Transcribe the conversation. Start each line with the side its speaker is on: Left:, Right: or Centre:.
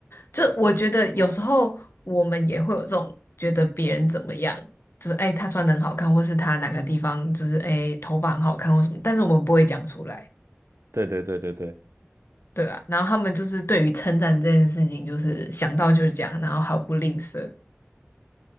Left: 就我觉得有时候我们也会有这种觉得别人怎么样，就是哎，他穿的很好看，或是他哪个地方就是哎头发很好看或什么，但是我们不会讲出来，
Right: 对对对对对。
Left: 对啊。然后他们就是对于称赞这件事情，就是想到就讲，然后毫不吝啬，